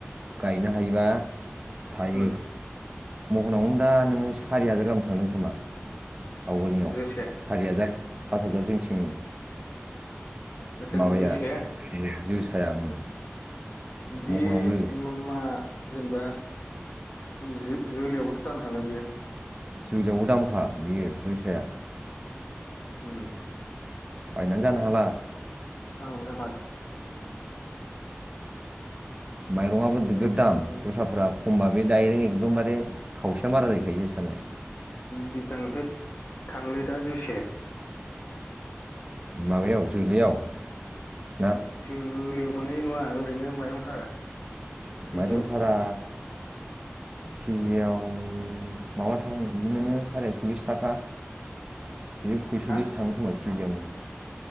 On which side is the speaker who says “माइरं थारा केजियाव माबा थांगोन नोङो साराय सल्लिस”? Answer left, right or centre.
Right